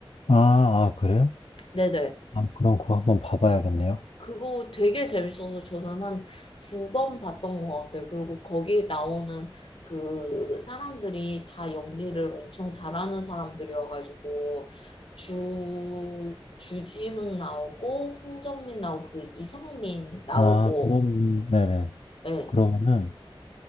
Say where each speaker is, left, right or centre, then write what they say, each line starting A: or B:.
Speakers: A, on the left (about 85°); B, on the left (about 65°).
A: 아, 아, 그래요?
B: 네네.
A: 아, 그럼 그거 한번 봐봐야겠네요.
B: 그거 되게 재밌어서 저는 한 두 번 봤던 것 같아요. 그리고 거기 나오는 그 사람들이 다 연기를 엄청 잘하는 사람들이어가지고 주 주지훈 나오고 황정민 나오고 그 이상민 나오고
A: 아, 그러면, 네네.
B: 네.
A: 그러면은,